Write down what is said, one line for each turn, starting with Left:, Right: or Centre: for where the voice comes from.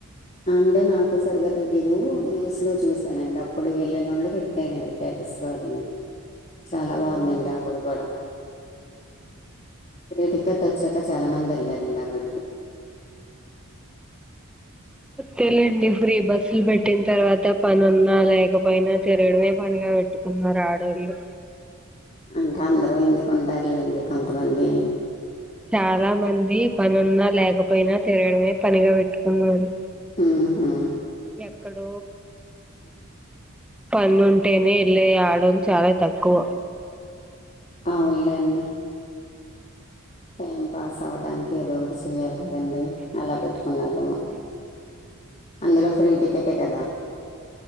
Left: అంటే నాకు సరిగా తెలియదు న్యూస్ లో చూసానండి అప్పుడు వెళ్ళిన వాళ్ళు పెట్టారండి స్టేటస్ లోని చాలా
Centre: అదేలేండి
Left: బాగుందండి ఆ గుడి కూడా ఫ్రీ టికెట్ వచ్చాక చాలా మంది వెళ్లండి ఆ గుడికి
Centre: తెలిండి ఫ్రీ బస్సులు పెట్టిన తర్వాత పని ఉన్నా లేకపోయినా తిరగడమే పని వెట్టుకున్నరూ ఆడాళ్ళు
Left: అంటే అందరూ ఎందుకుంటారులేండి కొంతమంది
Centre: చాలా మంది పనిన్నా లేకపోయినా తిరగడమే పనిగా పెట్టుకున్నారు
Left: ఆ హా
Centre: ఎక్కడ
Left: అ
Centre: పన్లుంటేనే ఏళ్లే ఆడోలు చాలా తక్కువ
Left: అవునులేండి టైం పాస్ అవడానికి ఏదో ఒకటి చెయాలి కదండీ అలా పెట్ ట్టుకున్నేమో అందులో ఫ్రీ టికెట కదా